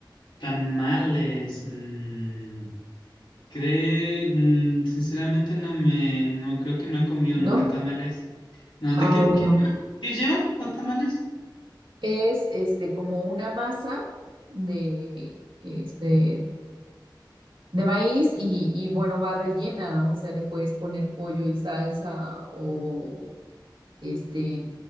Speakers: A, on the left; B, on the right.
A: Tamales, mm, cree, mm, sinceramente no me, no creo que no he comido
B: ¿No?
A: nunca tamales. No,
B: Ah,
A: ¿de qué,
B: bueno.
A: qué llevan? ¿Qué llevan los tamales?
B: Es este como una masa de este de maíz y, y bueno, va rellena, o sea, le puedes poner pollo y salsa o este,